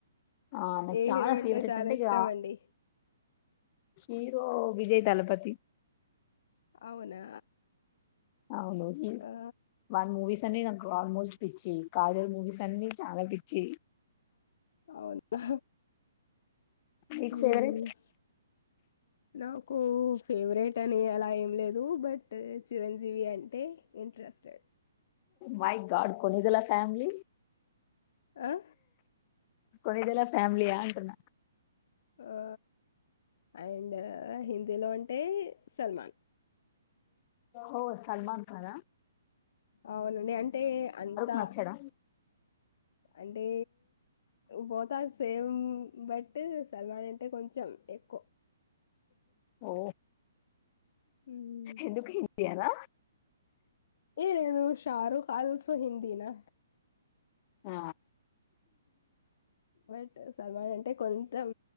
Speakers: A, on the left; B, on the left.
A: ఆ నాకు
B: ఏ
A: చాలా
B: హీరో అంటే
A: ఫేవరెట్
B: చాలా
A: ఇగ
B: ఇష్టం అండి
A: హీరో విజయ్ దలపతి
B: అవునా
A: అవునండి
B: ఆ
A: వాన్ మూవీస్ అన్ని నాకు ఆల్మోస్ట్ పిచ్చి కాజల్ మూవీస్ అన్ని చాలా పిచ్చి
B: అవునా
A: నీకు
B: హుమ్
A: ఫేవరెట్
B: నాకు ఫేవరెట్ అని అలా ఏం లేదు బట్ చిరంజీవి అంటే ఇంట్రెస్టెడ్
A: మై గాడ్ కొనిదలస్ ఫ్యామిలీ
B: ఆ
A: కొనిదలా ఫ్యామిలీ ఆ అంటున్న
B: ఆ అండ్ హిందీలో అంటే సల్మాన్
A: ఓహో సల్మాన్ కాన
B: అవునండి అంటే అంతా
A: నచ్చడా
B: అంటే both are same but Salman అంటే కొంచెం ఎక్కువ
A: ఓ
B: మ్మ్.
A: ఎందుకి ఎలా
B: ఏరేదు షారుక్ అల్సో హింది నా
A: ఆ
B: బట్ సల్మాన్ అంటే కొంచెం